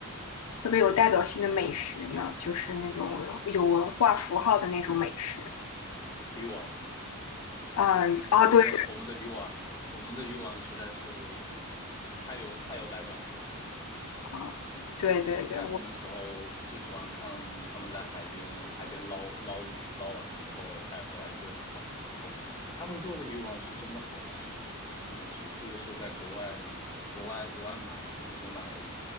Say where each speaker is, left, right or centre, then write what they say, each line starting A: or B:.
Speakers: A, on the left; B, on the left.
A: 特别有代表性的美食呢？就是那种有文化符号的那种美食。
B: 鱼丸，
A: 啊、啊，
B: 我们的我们的鱼丸，
A: 对，对
B: 我们的鱼丸实在是太有太有代表性了。
A: 啊对对对，
B: 夏天的时候就喜欢看他们在海边海边捞捞鱼，
A: 我，
B: 捞完之后带回来，一堆人欢呼。然后他们做的鱼丸是真的好吃，真的是这个是在国外国外国外买，如果买